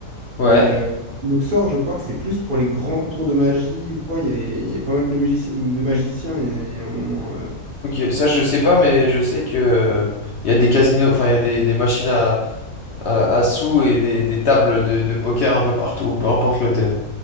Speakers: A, on the left; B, on the right.
A: Ouais.
B: mais euh, Luxor, je crois que c'est plus pour les grands tours de magie ou quoi, il y avait, il y a pas mal de, musici- de magiciens, et à un moment... euh,
A: Ok, ça je sais pas, mais je sais que euh, il y a des casinos, enfin il y a des, des machines à, à, à sous et des, des tables de, de poker un peu partout, peu importe l'hôtel.